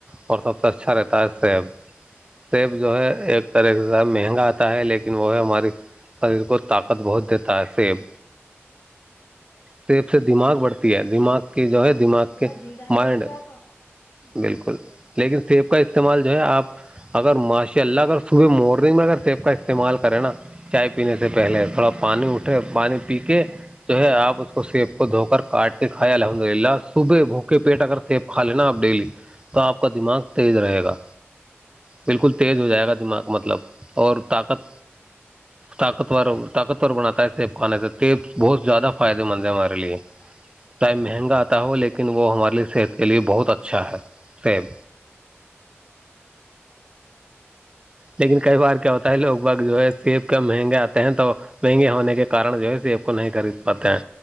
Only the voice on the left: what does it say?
ہوں
جی ڈال
دیتی ہے تو
ہاں